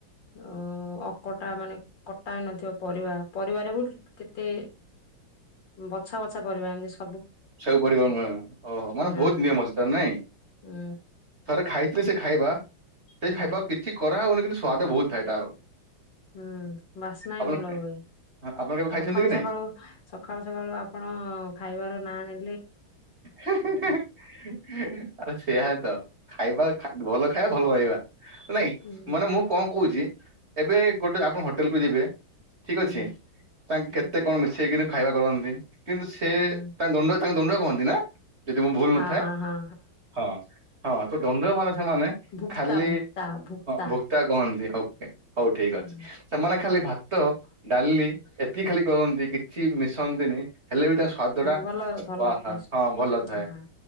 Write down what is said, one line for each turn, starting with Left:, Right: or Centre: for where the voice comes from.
Left: ଅ-ଅକଟା ମାନେ କଟ୍ ପ୍ରାୟ ନଥିବ ପରିବା। ପରିବାରେ ପୁଣି କେତେ ବଛା ବଛା ପରିବା ଏମତି ସ
Right: ସବୁ ପରିବ। ନୁହେଁ, ଓହୋ! ମାନେ
Left: ନା
Right: ବହୁତ
Left: ନା
Right: ନିୟମ ଅଛି ତାର ନାଇଁ।
Left: ହୁଁ
Right: ଥରେ ଖାଇଥିଲି ସେ ଖାଇବା। ସେଇ
Left: ହୁଁ
Right: ଖାଇବାକୁ କିଛି କରାହୁଏନି କିନ୍ତୁ, ସ୍ଵାଦ ବହୁତ ଥାଏ ତାର।
Left: ହୁଁ ବାସ୍ନା
Right: ଆପଣ
Left: ବି ଭଲ ହୁଏ।
Right: ଆପଣ କେବେ ଖାଇଛନ୍ତି
Left: ସଖାଳୁ
Right: କି ନାଇଁ?
Left: ସଖାଳୁ ସଖାଳୁ ସଖାଳୁ ଆପଣ ଖାଇବାର ନା ନେ
Right: ହୁଁ ହୁଁ ହୁଁ ଆରେ ସେୟା ହି ତ ଖାଇବା ଆରେ ଭଲ ଖାଇବା, ଭଲ ରହିବା। ନାଇଁ,
Left: ହୁଁ
Right: ମାନେ ମୁଁ କଣ କହୁଛି? ଏବେ ଗୋଟେ ଆପଣ ହୋଟେଲ କୁ ଯିବେ। ଠିକ୍
Left: ହୁଁ
Right: ଅଛି ତାଙ୍କେ
Left: ହୁଁ
Right: କେତେ କଣ ମିଶେଇକିନି ଖାଇବା କରନ୍ତି କିନ୍ତୁ ସେ
Left: ହୁଁ
Right: ତାଙ୍କୁ ଦଣ୍ଡୁଆ ତାଙ୍କୁ ଦଣ୍ଡୁଆ କୁହନ୍ତି ନା? ଯଦି ମୁଁ ଭୁଲ
Left: ହଁ
Right: ନଥାଏ,
Left: ହଁ ହଁ
Right: ହଁ ହଁ ତ ଦଣ୍ଡୁଆ ମାନେ ସେମାନେ
Left: ଭୁକ୍ତା
Right: ଖାଲି
Left: ଭୁକ୍ତା ଭୁକ୍ତା
Right: କଣ ଭୁଟା କୁହନ୍ତି ଆଉ। ଏ ହଉ ଠିକ
Left: ଉଁ
Right: ଅଛି ସେମାନେ ଖାଲି ଭାତ ଡାଲି ଏତିକିଖାଲି କରନ୍ତି କିଛି ମିଶନ୍ତିନି। ହେଲେ ବି ତା ସ୍ଵାଦ ଟା ପ୍ଚୁ
Left: ଭଲ ଭଲ
Right: ୱାହା
Left: ଟେଷ୍ଟ
Right: ହଁ ଭଲ ଥାଏ।
Left: ହଁ